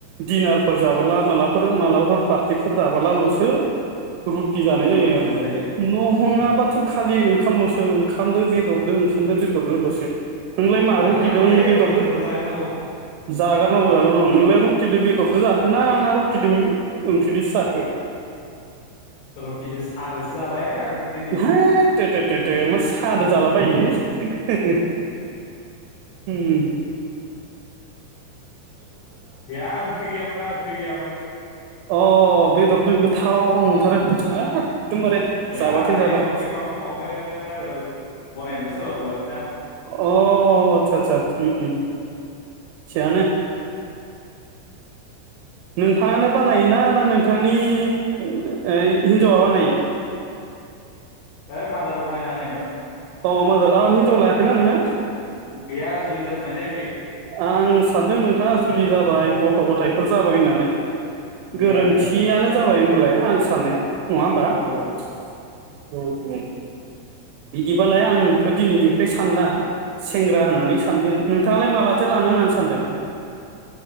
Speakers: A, on the right; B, on the left.
A: दिनारफोर जाबोला मालाबा फोर मालाबाफोर पार्टिफोर जाबोलालसो रुटि जानाय जायो
B: रुटि जानाय जायो
A: नंहङाबाथ
B: उम
A: खालि ओं ओंखामलसो ओंखामदो बेदरदो ओंखामदो बेदरदोलसो नोंलाय मा
B: जागारनांगौलै
A: रुटिदों बेदरदों
B: रुटिफोरखौ जागारनांगौ
A: जागारनांगौ जागारनांगौ नोंलाय रु रुटिदो बेदरजों जाखोना ना रुत टि दो ओंख्रिजों साखो
B: रुटि दो साजोसो जाबाय आं दिनै
A: हेेेे थो थो थो थो माेस खादो जालाबायोलै हो हो होम
B: बेहा ओंख्रि गैयामोना ओंख्रि गैयामोन
A: अ बेदरदो गोथाव मोनथारो एकदमबारे
B: बेहा
A: जाबाथाय जाबाय
B: एफब एफाब फुङावनो आरो बनायनोबो स सोलाबोवखासैना
A: अ आच्छा आच्छा उम उम थियानो नोंथाङानो बानायोना ना नोंथांनि ओम ओ हिन्जावा बानायो
B: है मादार बनायना होनायमोन
A: औ मादर आ हिन्जाव लायाखैना नोङो
B: गैया जुलि जाथ'नाय जायाखै
A: आं सानदों नोंथां थांया जुलि जाबाय गथ गथायफोर जाबाय होननानै
B: गैया
A: गोरोन्थियानो
B: गैया
A: जाबाय होमबालाय आं साननाया नङा होमबा औ
B: औ
A: ओम बिदिबालाय आं नोंखौ दिनैनिफ्राय सानला सेंग्रा होननानै सानदों नोंथाङालाय मालाथो लानो होननानै सानदों